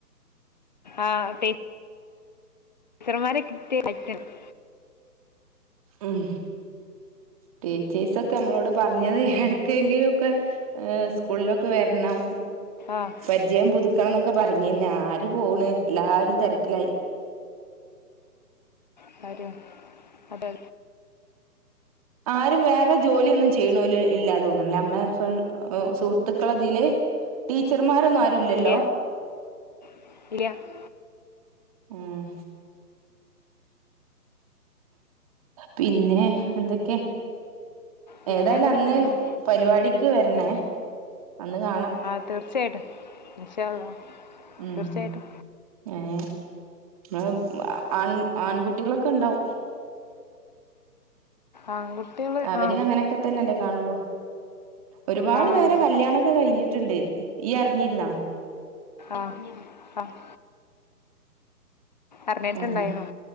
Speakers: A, on the left; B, on the right.
A: ആഹ് പേ <unintelligible>
B: ഉം ടീച്ചേഴ്സൊക്കെ നമ്മളോട് പർഞ്ഞത് എടുക്കേങ്കും ഒക്കെ ഏഹ് സ്കൂളിലൊക്കെ വര്ണം
A: ആഹ്
B: പരിചയം പുതുക്കണം ന്നൊക്കെ പറഞ്ഞീന്ന ആര് പോണ് എല്ലാരും തെരക്കിലായി
A: ല്ലാരും അതെ
B: ആരും വേറെ ജോലി ഒന്നും ചെയ്യ്ണോല് ഇല്ലാ തോന്ന്ണ് ല്ലെ നമ്മളെ ഫ്ര സുഹൃത്തുക്കളതില് ടീച്ചർമാരൊന്നും ആരുല്ലല്ലോ
A: ഇല്ല <unintelligible>
B: ഉം പിന്നെ എന്തൊക്കെ
A: പിന്നെ
B: ഏതായാലും
A: അങ്ങനെ
B: അന്ന്
A: പോകുന്നു
B: പരിപാടിക്ക് വരണേ അന്ന് കാണാ
A: ആഹ് തീർച്ചയായിട്ട് ഇൻഷാ അള്ളാ
B: ഉം
A: തീർച്ചയായിട്ട്
B: <unintelligible> ആൺ ആൺകുട്ടികളൊക്കെ ഉണ്ടാവും
A: ആൺകുട്ടികൾ
B: അവര്
A: ആ
B: അങ്ങനെയൊക്കെ തന്നെല്ലേ കാണുള്ളൂ ഒരുപാട്
A: കാണുള്ളൂ
B: പേരെ കല്യാണൊക്കെ കഴിഞ്ഞിട്ടുണ്ട് ഇയ്യ് അറിഞ്ഞിരുന്നാ
A: ആഹ് ആഹ് അറിഞ്ഞിട്ടുണ്ടായിരുന്നു
B: ഉം